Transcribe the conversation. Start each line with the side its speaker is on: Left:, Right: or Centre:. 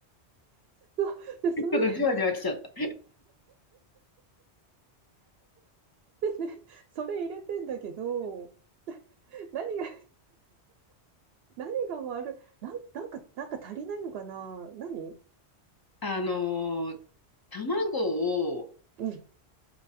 Right: そう。で、それ
Left: ょっとじわじわきちゃった。
Right: でね、それ入れてんだけど、何が、<laughs> 何が悪い、なん、なんか、なんか足りないのかな何
Left: あのー卵を、
Right: うん、